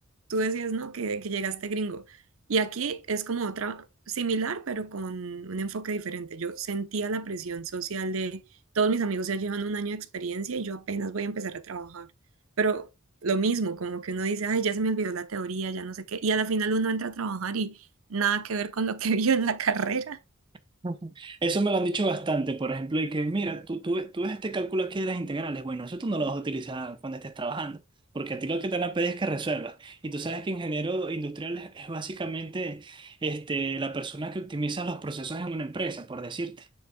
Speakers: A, on the right; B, on the right.
A: tú decías, ¿no? Que, que llegaste gringo. Y aquí es como otra similar, pero con un enfoque diferente. Yo sentía la presión social de todos mis amigos ya llevan un año de experiencia y yo apenas voy a empezar a trabajar. Pero lo mismo, como que uno dice, ay, ya se me olvidó la teoría, ya no sé qué. Y a la final uno entra a trabajar y nada que ver con lo que <laughs> vio en la carrera.
B: <laughs> Ujú. Eso me lo han dicho bastante, por ejemplo, y que mira, tú, tú, ves- tú ves este cálculo aquí de las integrales, bueno, eso tú no lo vas a utilizar cuando estés trabajando, porque a ti lo que te van a pedir es que resuelvas. Y tú sabes que ingeniero industrial es, es básicamente este, la persona que optimiza los procesos en una empresa, por decirte.